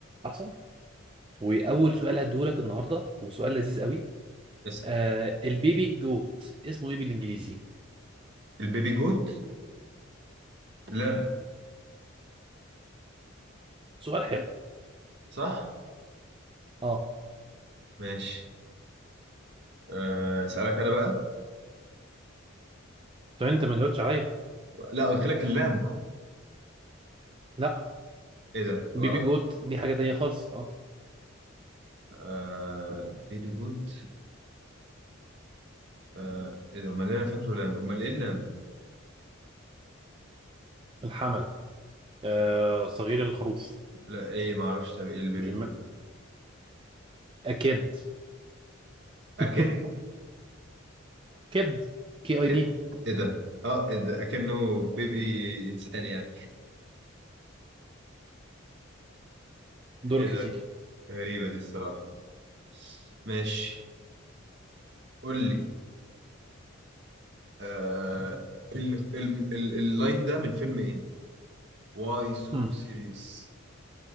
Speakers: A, on the right (about 25°); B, on the right (about 55°).
A: احسن واول سؤال هديهولك النهارده وسؤال لذيذ قوي
B: اسأل
A: آه البيبي جوت اسمه ايه بالانجليزي
B: البيبي جوت لام
A: سؤال حلو
B: صح
A: اه
B: ماشي آه، اسألك انا بقى
A: طب انت ما جاوبتش عليا
B: لا قلت لك اللام
A: لا
B: ايه ده
A: بيبي
B: غلط
A: جوت دي حاجه تانية خالص اه
B: آه بيبي جوت آه ايه ده امال إيه؟ انا فاكره لام امال ايه اللام
A: الحمل آه صغير الخروف
B: لا ايه ما اعرفش طب ايه البيبي
A: مش الم...
B: جوت
A: اكيد
B: اكيد
A: <laughs> كيد كي
B: كد
A: اي دي
B: ايه ده اه ايه ده اكنه بيبي انسان يعني
A: دورك
B: ايه ده
A: يا سيدي
B: غريبة دي الصراحة ماشي قول لي آه ال- ال- ال- اللاين ده من فيلم ايه واي سو
A: مم.
B: سيريس